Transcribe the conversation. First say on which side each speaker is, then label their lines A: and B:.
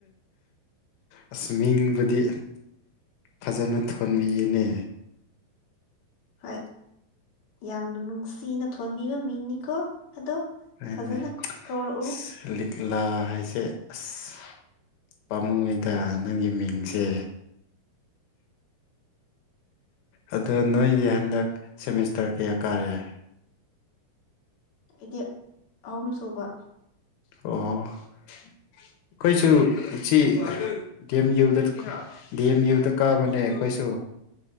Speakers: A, on the left; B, on the left.
A: ꯑꯁ ꯃꯤꯡꯕꯨꯗꯤ ꯐꯖꯅ ꯊꯣꯟꯕꯤꯌꯦꯅꯦ
B: ꯍꯣꯏ ꯌꯥꯝꯅ ꯅꯨꯡꯁꯤꯅ ꯊꯣꯟꯕꯤꯕ ꯃꯤꯡꯅꯤꯀꯣ ꯑꯗꯣ
A: <unintelligible> ꯑꯁ
B: ꯐꯖꯅ ꯀꯧꯔꯛꯎ
A: ꯂꯤꯛꯂꯥ ꯍꯥꯏꯁꯦ ꯑꯁ ꯄꯥꯝꯃꯨꯌꯦꯗ ꯅꯪꯒꯤ ꯃꯤꯡꯁꯦ ꯑꯗꯣ ꯅꯣꯏꯗꯤ ꯍꯟꯗꯛ ꯁꯦꯃꯤꯁꯇꯔ ꯀꯌꯥ ꯀꯥꯔꯦ
B: ꯑꯩꯗꯤ ꯑꯍꯨꯝ ꯁꯨꯕ
A: ꯑꯣ ꯑꯩꯈꯣꯏꯁꯨ ꯆꯤ ꯗꯤ ꯑꯦꯝ ꯌꯨꯗ ꯗꯤ ꯑꯦꯝ ꯌꯨꯗ ꯀꯥꯕꯅꯦ ꯑꯩꯈꯣꯏꯁꯨ